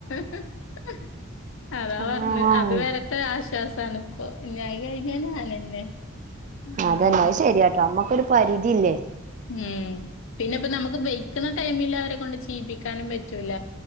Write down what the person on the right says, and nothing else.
ആഹ്
അതന്നെ അത് ശരിയാട്ടോ നമുക്കൊരു പരിധില്ലേ?